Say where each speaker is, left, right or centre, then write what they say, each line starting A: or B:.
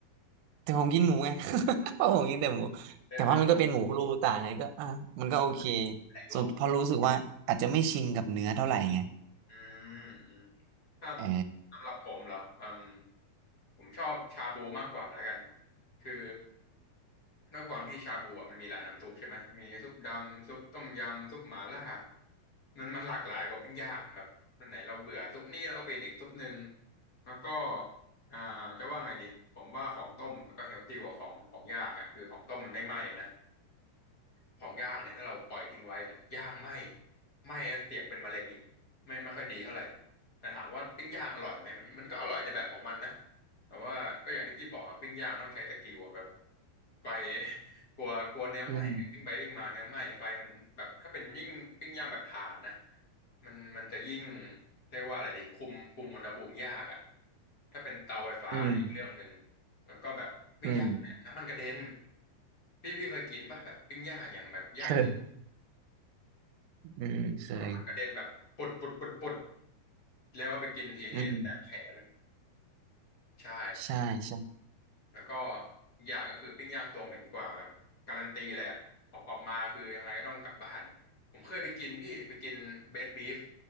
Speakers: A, on the right; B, on the left.
A: แต่ผมกินหมูไง <laughs> เพราะผมกินแต่หมู
B: โอ้เด่นเด่น
A: แต่ว่ามันก็เป็นหมูคุโรบุตะไงก็อ่ะมันก็โอเค
B: อายุ
A: ส่วนพอรู้สึกว่าอาจจะไม่ชินกับเนื้อเท่าไหร่ไง
B: อืมอืมถ้า
A: เออ
B: สำหรับผมเหรออืมผมชอบชาบูมากกว่าแล้วกันคือด้วยความที่ชาบูอ่ะมันมีหลายน้ำซุปใช่ไหมมีซุปดำซุปต้มยำซุปหม่าล่ามันมันหลากหลายกว่าปิ้งย่างแบบวันไหนเราเบื่อซุปนี้เราก็เปลี่ยนอีกซุปหนึ่งแล้วก็อ่าจะว่าไงดีผมว่าของต้มมันก็เฮลตี้กว่าของของย่างอ่ะคือของต้มมันไม่ไหม้อะนะ ของย่างเนี่ยถ้าเราปล่อยทิ้งไว้อะย่างไหม้ไหม้แล้วเสี่ยงเป็นมะเร็งอีกไม่ไม่ค่อยดีเท่าไหร่แต่ถามว่าปิ้งย่างอร่อยไหมมันมันก็อร่อยในแบบของมันนะแต่ว่าก็อย่างที่พี่บอกอะปิ้งย่างต้องใช้สกิลอะแบบไฟ <laughs> กลัวกลัวเนื้อไหม้ปิ้งไปปิ้งมาเนื้อไหม้ไฟมันแบบถ้าเป็นยิ่งปิ้งย่างแบบถ่านนะ
A: อืม
B: มันมันจะยิ่งเรียกว่าอะไรดีคุมคุมอุณหภูมิยากอะถ้าเป็นเตาไฟฟ้านี่อีกเรื่องหนึ่ง
A: อืม
B: แล้วก็แบบปิ้งย่าง
A: อืม
B: น้ำมันกระเด็นพี่พี่เคยกินป่ะแบบปิ้งย่างอย่างแบบย่างหนึ่ง
A: เคยอืมเคย
B: โอ้น้ำมันกระเด็นแบบปุดปุดปุดปุดแล้วเอาไปกินทีนี่แสบแขน
A: อืม
B: ใช่
A: ใช่ ใช่
B: แล้วก็อีกอย่างก็คือปิ้งย่างตัวเหม็นกว่าแบบการันตีเลยอะออกออกมาคือยังไงก็ต้องกลับบ้านผมเคยไปกินพี่ไปกินเบสบีฟ